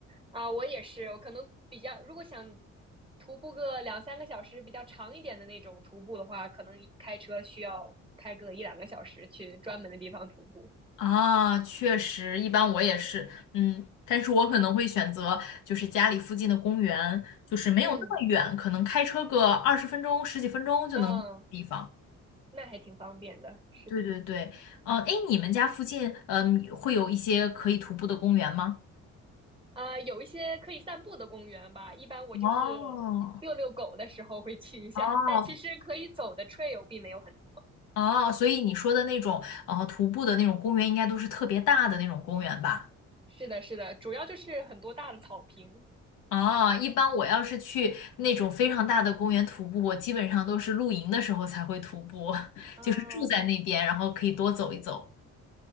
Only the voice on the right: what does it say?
啊，我也是，我可能比较，如果想徒步个两三个小时，比较长一点的那种徒步的话，可能开车需要开个一两个小时去专门的地方徒步。
嗯
嗯，那还挺方便的，是的。
啊，有一些可以散步的公园吧，一般我就是
遛遛狗的时候会去一下，
但其实可以走的 trail 并没有很多。
是的，是的，主要就是很多大的草坪。
啊，